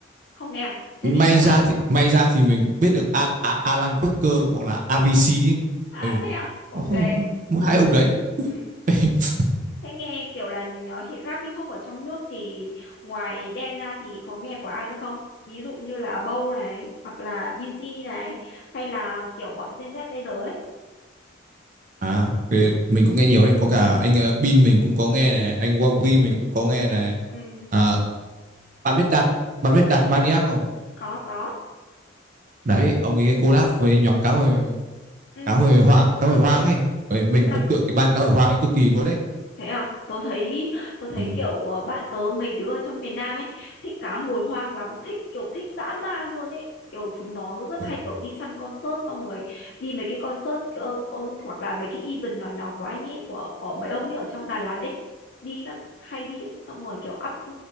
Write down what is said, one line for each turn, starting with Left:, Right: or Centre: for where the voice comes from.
Left: không nghe à thế
Right: may
Left: thì chắc
Right: ra
Left: là
Right: thì may ra thì mình biết được Al Al Alan Walker hoặc là AVC ấy. ừ
Left: à thế à ok
Right: oh, mỗi hai ông đấy
Left: ừ.
Right: <laughs>
Left: thế nghe kiểu là nhờ hi- rap hip hop ở trong nước thì ngoài Đen ra thì có nghe của ai nữa không ví dụ như là Bow này hoặc là Binz này hay là kiểu bọn Gen Z bây giờ ấy
Right: à thì mình cũng nghe nhiều đấy có cả anh uh, Bin mình cũng có nghe này anh Wagi
Left: ừ
Right: mình cũng có nghe này
Left: ừ
Right: à, bạn biết đặt bạn biết đặt Maniac không
Left: có có
Right: đấy ông ấy collab với nhóm cá hồi
Left: ừ
Right: cá hồi hoang cá hồi hoang ấy Rồi mình
Left: đợt
Right: thần tượng cái ban cá hồi hoang ấy cực kỳ luôn đấy
Left: Thế à, tớ thấy tớ thấy
Right: ừ.
Left: kiểu ờ, bạn tớ mấy đứa ở trong miền Nam ấy thích cá hồi hoang lắm, thích kiểu thích dã man luôn ấy. Kiểu chúng nó rất
Right: Ủa,
Left: hay kiểu đi săn concert xong rồi đi mấy cái concert ờ, con hoặc là mấy cái event nhỏ nhỏ của anh ấy của của mấy ông ấy ở trong Đà Lạt ấy. Đi lắm, hay đi lắm. xong rồi kiểu up